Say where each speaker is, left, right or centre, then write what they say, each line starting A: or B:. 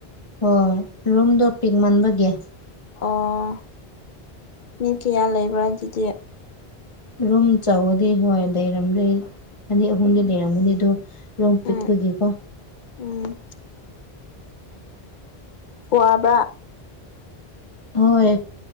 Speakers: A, on the left; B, on the left.
A: ꯍꯣꯏ ꯔꯨꯝꯗꯣ ꯄꯤꯛ ꯃꯟꯥꯟꯕꯒꯦ
B: ꯑꯣ ꯃꯤ ꯀꯌꯥ ꯂꯩꯕ꯭ꯔꯥ ꯑꯗꯨꯗꯤ
A: ꯔꯨꯝ ꯆꯥꯎꯕꯗꯤ ꯍꯣꯏ ꯂꯩꯔꯝꯗꯦ ꯑꯅꯤ ꯑꯍꯨꯝꯗꯤ ꯂꯩꯔꯝꯒꯅꯤ ꯑꯗꯨ ꯔꯣꯝ ꯄꯤꯛꯄꯒꯤꯀꯣ
B: ꯎꯝ ꯎꯝ ꯋꯥꯕ꯭ꯔꯥ
A: ꯍꯣꯏ